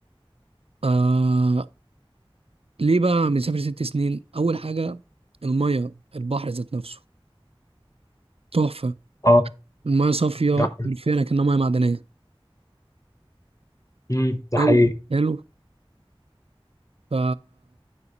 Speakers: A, on the right; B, on the left.
A: آه ليه بقى بنسافر ست سنين اول حاجه الميه البحر ذات نفسه تحفه
B: اه
A: الميه صافيه
B: ده
A: حرفيا كأنها ميه معدنيه
B: مم، ده
A: جو
B: حقيقي
A: حلو ف